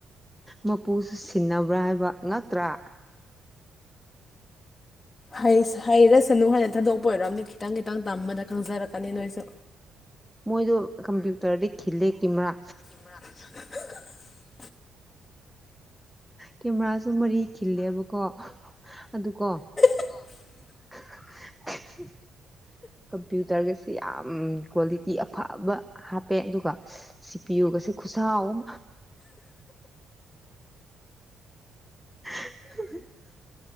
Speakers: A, in the centre; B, on the left (about 25°).
A: ꯃꯄꯨꯁꯨ ꯁꯤꯟꯅꯕ꯭ꯔꯥ ꯍꯥꯏꯕ ꯉꯛꯇ꯭ꯔꯥ
B: ꯍꯩꯁ ꯍꯩꯔꯁꯅꯨ ꯍꯥꯏꯅ ꯊꯥꯗꯣꯛꯄ ꯑꯣꯏꯔꯝꯅꯦ ꯈꯤꯇꯪ ꯈꯤꯇꯪ ꯇꯝꯕꯗ ꯈꯪꯖꯔꯛꯀꯅꯤ ꯅꯣꯏꯁꯨ
A: ꯃꯣꯏꯗꯣ ꯀꯝꯄ꯭ꯌꯨꯇꯔꯗꯤ ꯈꯤꯜꯂꯦ ꯀꯦꯃꯦꯔꯥ
B: <unintelligible>
A: ꯀꯦꯃꯦꯔꯥꯁꯨ ꯃꯔꯤ ꯈꯤꯜꯂꯦꯕꯀꯣ ꯑꯗꯨꯀꯣ
B: ꯀꯣ
A: <unintelligible> ꯀꯝꯄ꯭ꯌꯨꯇꯔꯒꯁꯦ ꯌꯥꯝ ꯀ꯭ꯋꯥꯂꯤꯇꯤ ꯑꯐꯕ ꯍꯥꯞꯄꯦ ꯑꯗꯨꯒ ꯁꯤ ꯄꯤꯌꯨꯒꯁꯦ ꯈꯨꯠꯁꯥꯎꯝ <unintelligible>